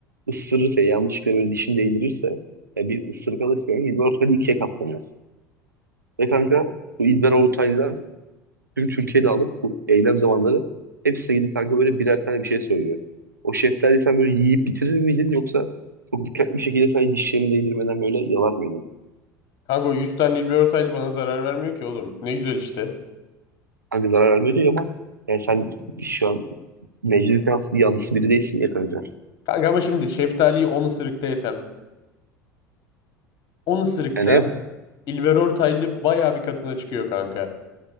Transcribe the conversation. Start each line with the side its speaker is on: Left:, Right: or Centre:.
Right: ısırırsa yanlışlıkla böyle dişini değdirirse ya bir ısırık alırsa yani idrar ortaylı ikiye katlanıyor. Ve kanka bu idrar ortaylılar tüm Türkiye'de alıp bu eylem zamanları hepsine gidip kanka böyle birer tane bir şey söylüyor. O şeftali sen böyle yiyip bitirir miydin yoksa çok dikkatli bir şekilde sadece dişlerini değdirmeden böyle yalar mıydın?
Left: Kanka o 100 tane Nilgün Ortaylı bana zarar vermiyor ki oğlum. Ne güzel işte.
Right: Kanka zarar vermiyor diyor ama yani sen şu an meclis yanlısı, yanlısı biri değilsin ya kanka.
Left: Kanka ama şimdi şeftaliyi 10 ısırıkta yesem. 10 ısırıkta
Right: Yani
Left: İlber Ortaylı bayağı bir katına çıkıyor kanka.